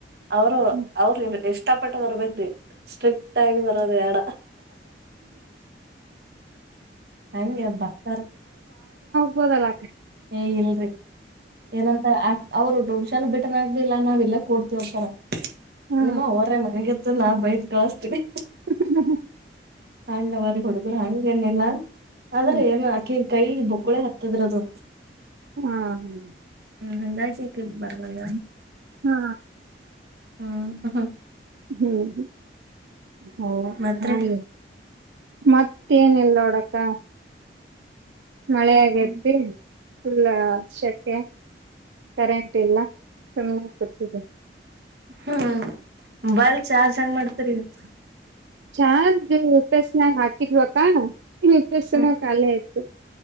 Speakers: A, on the right; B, on the right.
A: ಅವರು
B: ಹ್ಮ್
A: ಅವ್ರ ಎಷ್ಟ ಇಷ್ಟಪಟ್ಟು ಬರಬೇಕ್ರರಿ ಸ್ಟ್ರಿಕ್ಟ್ ಆಗಿ ಬರದುಬೇಡ ಹಂಗೆ ಬರ್ತಾರೆ
B: ಬೋನಲ್ ಹಾಕ್ರಿ
A: ಏ ಇಲ್ರಿ ಏನಂತ ಆ ಅವ್ರು ಟ್ಯೂಷನ್ ಬಿಟ್ಟ ಮೇಲೆ ನಾವು ಇಲ್ಲೇ ಕೊಡ್ತತಿವಿಂತರೀ
B: ಹಾ
A: ನಿಮ್ಮ ಅವರ ಮನೆಗೆ ದಿನ ಬೈಯ್ ಕಳಸ್ತೀವಿ
B: <inaudible>
A: ಹಾಂಗ ಹುಡುಗರು ಹ್ಯಾಂಗ್ <unintelligible> ಏನಿಲ್ಲ ಆದ್ರೆ
B: ಹ್ಮ
A: ಏನುಆಕಿ ಕೈ ಬೊಕ್ಕೊಳೆ ಹತ್ತದ್ರ ಅದು
B: ಹ್ಮ್
A: ಲಿಂಗಾಯಸ್ಟ ಏಕೆ ಬರ್ ವಾಯ
B: ಹಾ
A: ಹ್ಮ್ ಹಃ ಹ.
B: ಹ್ಮ್ ಹ. ಹೌ
A: ಮತ್ರಿ
B: ಹಾ ರಿ ಮತ್ ಟೆನ್ ಇಲ್ ನೋಡಕ್ಕ. ಮಳೆ ಆಗೇತಿ.
A: ಹ್ಮ್
B: ಫುಲ್ಲ ಶೆಕೆ ಕರೆಂಟ್ ಇಲ್ಲ ಸುಮ್ಮ್ನೆ ಕುತಿದಿವಿ.
A: ಹ್ಮ ಮೊಬೈಲ್ ಚಾರ್ಜ್ ಹೆಂಗ್ ಮಾಡ್ತರಿ. <inaudible>
B: ಚಾರ್ಜ್ ಯು ಪಿ ಏಸ್ ನಾಗ್ ಹಾಕಿದ್ವಕ್ಕ ಯು ಪಿ ಏಸ್
A: ಹ್ಮ್
B: ನ ಕಾಲಿ ಆಯ್ತು.